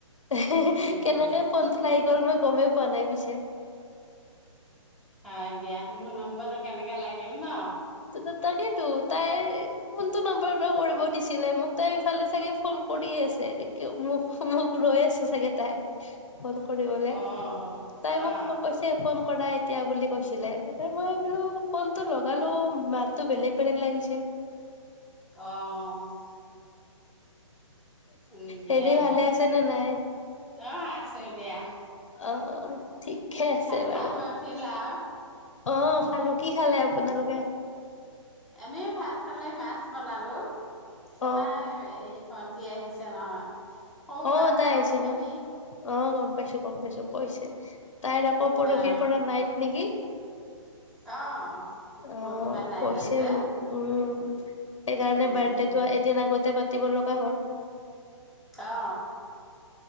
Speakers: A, on the left; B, in the centre.
A: এহে! হে!
B: দিয়া
A: কেনেকে ফোনটো লাগি গ'ল মই গমে পোৱা পোৱা নাই পিছে।
B: হয় দিয়া মোৰ নম্বৰটো কেনেকে লাগিল ন'।
A: ত' তাকেইতো তাইৰ কোনটো নম্বাৰ এ বা কৰিব দিছিলে! মোক তাই ইফালে চাগে ফোন কৰি আছে, কিয় মোক, মোক ৰৈ আছে চাগে তাই। ফোন কৰিবলে
B: অ
A: তাই
B: অ
A: মোক
B: অ
A: কৈছে, ফোন কৰাই? দিয়া বুলি কৈছিলে। এতিয়া মই বোলো ফোনটো লগালোঁ মাততো বেলেগ-বেলেগ লাগিছে।
B: অ'! উম, বেয়া!
A: হেৰি ভালে আছে নে নাই
B: অ'! আছোঁ দিয়া।
A: অ ঠিকে আছে
B: ভাত
A: বাৰু
B: খাই বৈ উঠিলা?
A: অ'! খালোঁ, কি খালে আপুনি? নালগে।
B: আমিও ভাত খালে, মাছ বনালোঁ। আমাৰ
A: অ
B: হেৰি ভন্টি আহিছে নহয়। সৰু
A: অ'!
B: আমাৰ
A: তাই আহিছে
B: সৰুজনী
A: ন'। অ'! গম পাইছোঁ গম পাইছোঁ কৈছে। উ তাইৰ আকৌ পৰহীৰ
B: অ
A: পৰা নাইত নেকি
B: অ পৰহি
A: অ
B: পৰা নাইট
A: কৈছে
B: আছে
A: মোক উম সেইকাৰণে
B: উম
A: বাৰ্থডেটো এদিন আগতে প পাতিব লগা হ'ল
B: অ